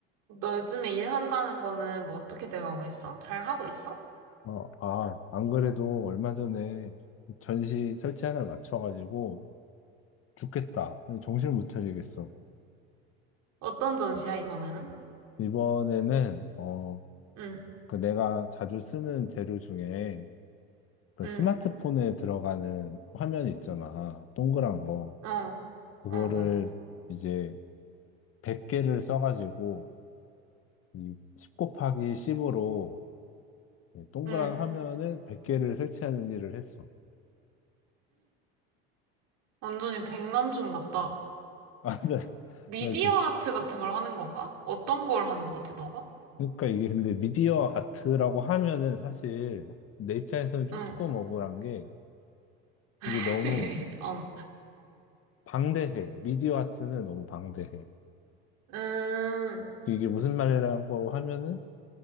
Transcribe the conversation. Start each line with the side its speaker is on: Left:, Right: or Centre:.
Right: 너 요즘에 일한다는 거는 뭐 어떻게 돼가고 있어? 잘 하고 있어?
Left: 어, 아, 안 그래도 얼마 전에 전시 설치 하나를 맞춰가지고 죽겠다. 정신을 못 차리겠어.
Right: 어떤 전시야, 이번에는?
Left: 이번에는, 어,
Right: 응,
Left: 그 내가 자주 쓰는 재료 중에 그
Right: 응,
Left: 스마트폰에 들어가는 화면 있잖아. 동그란 거.
Right: 어,
Left: 그거를
Right: 어, 어,
Left: 이제 100개를 써가지고 이10 곱하기 10으로 동그란
Right: 응.
Left: 화면을 100개를 설치하는 일을 했어.
Right: 완전히 백남준 같다.
Left: <laughs> 아, 나,
Right: 미디어
Left: 나그
Right: 아트 같은 걸 하는 건가? 어떤 걸 하는 거지, 너가?
Left: 그러니까 이게 근데 미디어 아트라고 하면은 사실 내 입장에서는 조금
Right: 응,
Left: 억울한 게 이게
Right: <laughs>
Left: 너무
Right: 어.
Left: 방대해. 미디어 아트는 너무 방대해.
Right: 음,
Left: 이게 무슨 말이라고 하면은